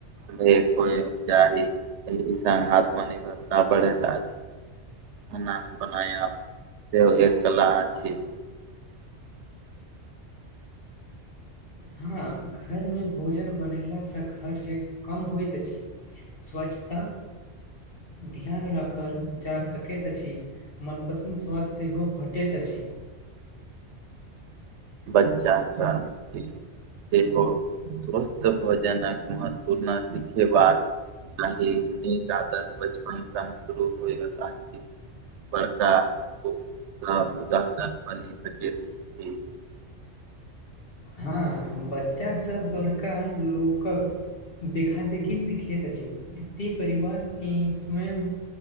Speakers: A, on the right; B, on the left.
A: ने को जााही एहि स आत्मनिर्भरता बढैत आछि खाना बनायब सेहो एक कला अछि
B: हँ घरमे भोजन बनेला स खर्च कम होइत अछि स्वच्छता ध्यान राखल जा सकैत अछि मनपसन्द स्वाद सेहो भटैत अछि
A: बच्चा सब सेहो स्वस्थ भोजन महत्वपूर्ण सिखेबाक नहि न आदत बचपन सन शुरू होइत आछि बड़का उदाहरण बनि सक <unintelligible>
B: हँ बच्चा सब बड़का लोकक देखा देखि सिखैत अछि परिवार के स्वयं